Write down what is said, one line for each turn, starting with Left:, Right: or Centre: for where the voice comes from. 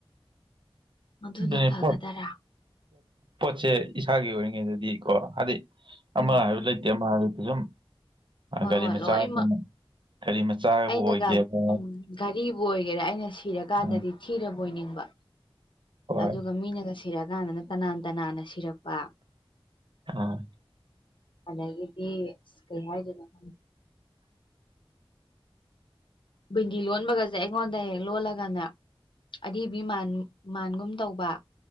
Left: ꯑꯗꯨꯅ
Right: ꯑꯗꯨꯅꯦ
Left: ꯐꯒꯗꯔꯥ
Right: ꯄꯣꯠ ꯄꯣꯠꯁꯦ ꯏꯁꯥꯒꯤ ꯑꯣꯏꯔꯤꯉꯩꯗꯗꯤ ꯀꯣ ꯍꯥꯏꯗꯤ ꯑꯃ
Left: ꯎꯝ
Right: ꯍꯥꯏꯕ ꯂꯩꯇꯦ ꯑꯃ ꯍꯥꯏꯕ ꯂꯩꯇꯦ ꯁꯨꯝ
Left: ꯍꯣꯏ
Right: ꯒꯥꯔꯤ
Left: ꯍꯣꯏ
Right: ꯃꯆꯥꯒꯨꯝꯕ
Left: ꯂꯣꯏꯅꯃꯛ
Right: ꯒꯥꯔꯤ ꯃꯆꯥꯕꯨ
Left: ꯑꯩꯅꯒ
Right: ꯑꯣꯏꯒꯦꯕ
Left: ꯎꯝ ꯘꯥꯔꯤꯕꯨ ꯑꯣꯏꯒꯦꯔꯥ ꯑꯩꯅ ꯁꯤꯔꯀꯥꯟꯗꯗꯤ
Right: ꯎꯝ
Left: ꯊꯤꯔꯕꯣꯏꯅꯤꯡꯕ
Right: ꯍꯣꯏ
Left: ꯑꯗꯨꯒ ꯃꯤꯅꯒ ꯁꯤ ꯁꯤꯔꯛꯑꯀꯥꯟꯗꯅ ꯇꯅꯥꯟ ꯇꯅꯥꯟꯅ ꯁꯤꯔꯛꯄ
Right: ꯑꯥ
Left: ꯑꯗꯒꯤꯗꯤ ꯀꯩ ꯍꯥꯏꯗꯣꯏꯅꯣ ꯈꯪꯗꯦ ꯕꯤꯟꯗꯤ ꯂꯣꯟꯕꯒꯁꯦ ꯑꯩꯉꯣꯟꯗ ꯍꯦꯛ ꯂꯣꯜꯂꯒꯅ ꯑꯔꯤꯕꯤ ꯃꯥꯟ ꯃꯥꯟꯒꯨꯝ ꯇꯧꯕ